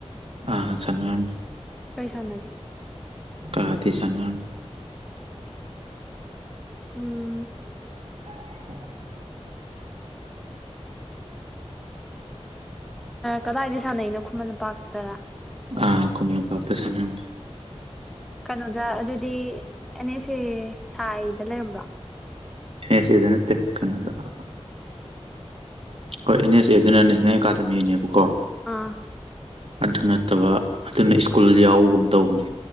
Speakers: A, on the right; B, in the centre.
A: ꯑ ꯆꯅꯤ
B: ꯀꯩꯁꯥꯟꯅꯒꯦ
A: ꯀꯥꯗꯤ ꯆꯉꯅ
B: ꯎꯝ
A: <unintelligible>
B: ꯀꯗꯥꯏꯗ ꯁꯥꯟꯅꯅꯣ ꯈꯨꯃꯟꯄꯥꯛꯇꯔꯥ
A: ꯑ ꯀꯣꯃꯔ ꯄꯥꯛꯇ ꯁꯝ
B: ꯀꯩꯅꯣꯗ ꯑꯗꯨꯗꯤ ꯑꯦꯅꯦꯁꯦ ꯁꯥꯏꯗ ꯂꯩꯔꯝꯕ꯭ꯔꯣ
A: ꯑꯦꯁꯤꯗꯅ ꯇꯀꯅꯗ ꯑ ꯍꯣꯏ ꯑꯦꯟ ꯑꯦꯁ ꯑꯦ ꯑꯗꯨꯅ ꯅꯦꯁꯅꯦꯜ ꯑꯦꯀꯥꯗꯃꯤꯅꯦꯕꯀꯣ
B: ꯑꯥ
A: ꯑꯗꯨ ꯅꯠꯇꯕ ꯑꯗꯨꯅ ꯁ꯭ꯀꯨꯜ ꯌꯥꯎꯕꯒꯨꯝ ꯇꯧꯕꯅꯤ